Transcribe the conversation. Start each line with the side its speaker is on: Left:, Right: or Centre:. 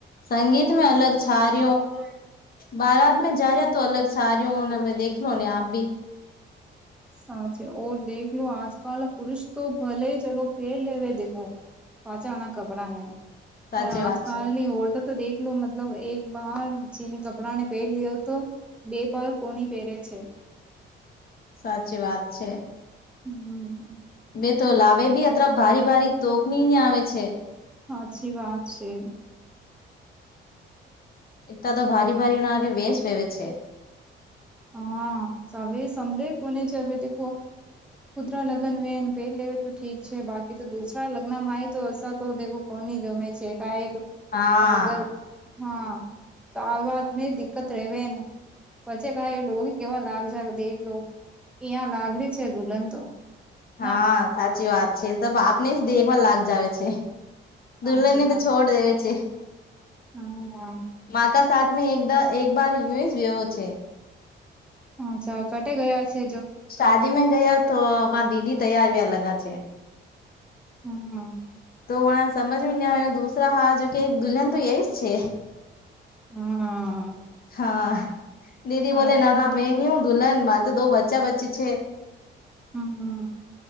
Left: સંગીત મે અલગ સાર
Centre: ઠંડુ
Left: બારાત મે જા રહ્યા તો અલગ સાર ન હવે દેખલો લો ને આપ ભી.
Centre: સાચેર દેખલો લો આજ કલ પુરુષ તો ભલે ચલો પેર લેવે દેખો. પાચાવાણા કપડાા ને
Left: સાચી
Centre: પર આજ
Left: વાત
Centre: કલની
Left: છે
Centre: ઔરતો તો દેખો. એલો મતલબ એક બાર જેને કપડાને પહેરી લ્યો તો બે બાર કોની પહેરે છે.
Left: સાચી વાત છે.
Centre: હમ્મ.
Left: બે તો લાવે ભી અત ભારી ભારી તોકની આવે છે.
Centre: સાચી વાત છે.
Left: એકટ તો ભારી ભારી ના કે બેશ ભેવે છે.
Centre: હા સવે સંભલે કોને છે, એવે દખો કુદરા લગન વેને પેટ લે તો ઠીક છે, બાકી તો દુસરા લગ્નમાં તો અ તો કોની જમે છે, એક
Left: હા
Centre: અર હા સરવાત મે દિકકત રહેવે પછી કેવા લાગ જાગ દેખ લો ત્યાં લાગરી છે, દુલ્હન તો
Left: હા
Centre: ના
Left: સાચી વાત છે, તબ આપને જ દેખવા લાગ જ આવે છે.
Centre: સાચી
Left: દુલ્નની તો છોડ દેવે છે.
Centre: હમ
Left: માકા સાથમી એકદા એકબાર હિસ વવ છે.
Centre: હાછા કટે ગયા છે?
Left: શાદી મે ગયા તો મા દીદી તૈયાર વ્યાર લગા છે.
Centre: હમ
Left: તોણાને સમજ ના આવ્યો દુસરા હા જો કે એક દુલહન તો એય જ છે.
Centre: હા
Left: હા દીદી
Centre: સાચું
Left: બોલે ના ના મેં ન દુલ્હન મારે દો બચ્ચા બચ્ચી છે.
Centre: હમ